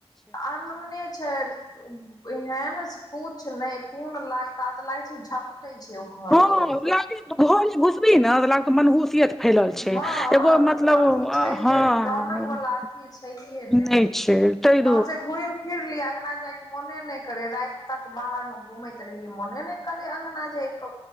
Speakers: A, on the left; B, in the centre.
A: अनुने छै एहन पूछ नहि कोन लागता तऽ लाग छै झपटै छै घर
B: हँ
A: दुआरि से
B: लागे घर घुसबी ने लागत मनहुस फैलल छै
A: हँ
B: एगो मतलब
A: कोनो अथी छैहे
B: हँ
A: रौनक
B: नहि
A: वाला अथी छैहे नहि
B: छै तय
A: सौंसे घुमि फिर लिय अगंना जाय के मोने नहि करे राति तक बाहर में घुमैत रहिये मोने नहि करे अंगना जाइके